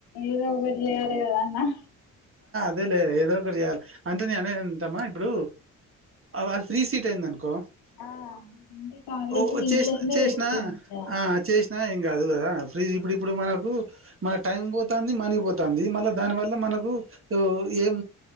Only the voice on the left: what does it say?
ఏదో ఒకటి చేయలేకదా అన్న
ఆ అంటే కాలేజ్
ఫీజులన్నీ
పెట్టుకునిందా